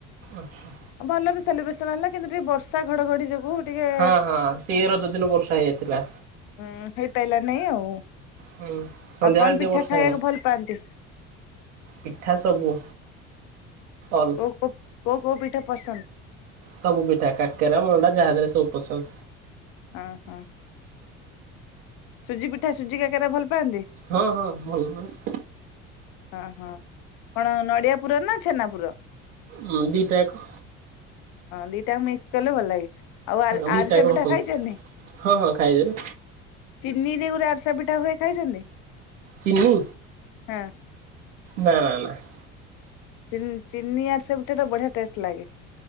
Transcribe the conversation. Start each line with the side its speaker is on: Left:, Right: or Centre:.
Right: ଆଚ୍ଛା
Left: ଭଲରେ ସେଲିବ୍ରେସନ ହେଲା କିନ୍ତୁ ଟିକେ ବର୍ଷା ଘଡଘଡି ଯୋଗୁ ଟିକେ
Right: ହଁ ହଁ ସିଏ ରଜଦିନ ବର୍ଷା ହେଇଯାଇଥିଲା
Left: ହୁଁ ହେଇପାରିଲା ନାଇଁ ଆଉ
Right: ହୁଁ ସନ୍ଧ୍ୟାବେଳେ
Left: ଆଉ କଣ
Right: ଟିକେ
Left: ପିଠା
Right: ବର୍ଷା
Left: ଖାଇବାକୁ
Right: ହେଇଗଲା।
Left: ଭଲ ପାଆନ୍ତି?
Right: ପିଠା ସବୁ ଅଲ
Left: କୋଉ କୋଉ କୋଉ ପିଠା ପସନ୍ଦ?
Right: ସବୁ ପିଠା କାକେରା ମୁଣ୍ଡା ଯାହାଦହରେ ସବୁ ପସନ୍ଦ
Left: ଓହୋ ସୁଜି ପିଠା ସୁଜିକା କରା ଭଲ ପାଆନ୍ତି?
Right: ହଁ ହଁ ଭଲ ପାଏ
Left: ଓ ହଁ କଣ ନଡିଆ ପୁର ନା ଛେନାପୁର?
Right: ହଁ ଦିଇଟ୍ୟାକ
Left: ହଁ ଦିଟା ମିକ୍ସ କଲେ ଭଲ ଲାଗେ ଆଉ
Right: ହଁ ଦିଟାକ
Left: ଆରିସ ପିଠା
Right: ପସନ୍ଦ
Left: ଖାଇଛନ୍ତି?
Right: ହଁ ହଁ ଖାଇଦେ ନା।
Left: ଚିନି ରେ ଗୋଟେ ଆରସା ପିଠା ହୁଏ ଖାଇଛନ୍ତି?
Right: ଚିିନି
Left: ହଁ
Right: ନାଇଁ ନାଇଁ ନାଇଁ।
Left: ଚିନି ଆରିସା ପିଠା ଟା ବଢିଆ ଟେଷ୍ଟ ଲାଗେ